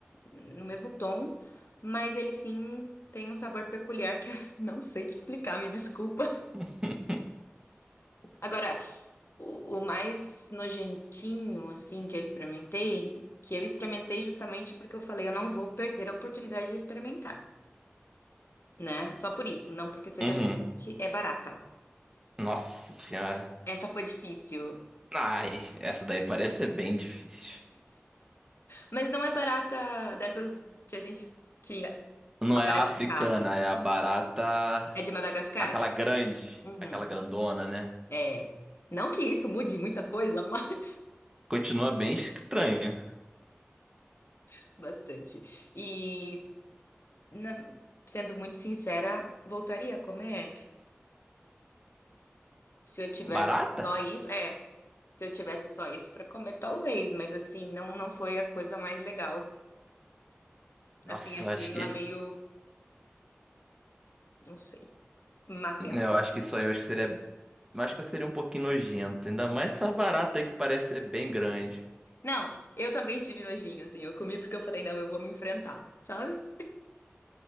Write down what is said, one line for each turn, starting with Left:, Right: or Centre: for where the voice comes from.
Left: no mesmo tom, mas ele sim tem um sabor peculiar que eu <laughs> não sei te explicar, me desculpa.
Right: <laughs>
Left: Agora, o, o mais nojentinho, assim, que eu experimentei, que eu experimentei justamente porque eu falei, eu não vou perder a oportunidade de experimentar. né? Só por isso, não porque seja
Right: Uhum.
Left: atraente, é barata.
Right: Nossa senhora.
Left: Essa foi difícil.
Right: Ai, essa daí parece ser bem difícil.
Left: Mas não é barata dessas que a gente que
Right: Não
Left: aparece
Right: é a africana,
Left: em casa.
Right: é a barata.
Left: É de Madagascar?
Right: Aquela grande.
Left: Uhum.
Right: Aquela grandona, né?
Left: É. Não que isso mude muita coisa, mas
Right: Continua bem estranho.
Left: <laughs> bastante. E na- sendo muito sincera, voltaria a comer. Se eu tivesse
Right: Barata?
Left: só isso, é. Se eu tivesse só isso para comer, talvez, mas assim, não não foi a coisa mais legal. Assim,
Right: Nossa,
Left: achei
Right: eu acho
Left: ela
Right: que.
Left: meio, não sei, macenta.
Right: Eu acho que isso aí eu acho que seria Eu acho que eu seria um pouquinho nojento. Ainda mais essa barata aí que parece ser bem grande.
Left: Não, eu também tive nojinho, assim. Eu comi porque eu falei, não, eu vou me enfrentar, sabe?